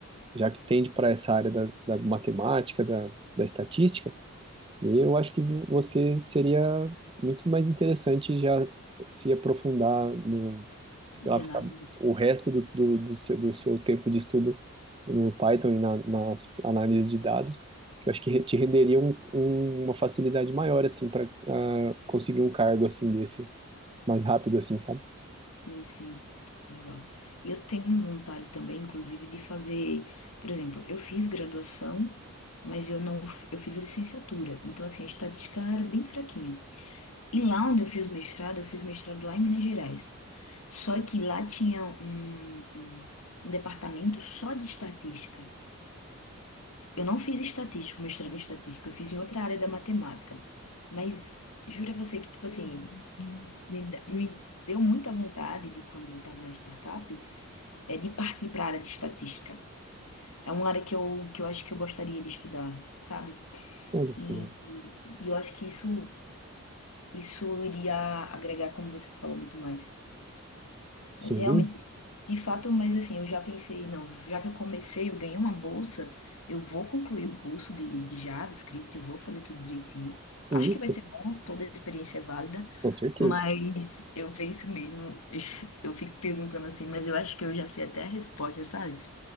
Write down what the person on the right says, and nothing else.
já que tende para essa área da, da matemática, da, da estatística, e eu acho que vo- você seria muito mais interessante já se aprofundar no, sei lá,
ficar
o resto do, do, do, seu, do seu tempo de estudo no Python e na, nas análises de dados, que eu acho que re- te renderia um, um- uma facilidade maior, assim, para conseguir um cargo, assim, desses, mais rápido, assim, sabe?
Olha,
que legal.
sim,
isso,
com certeza.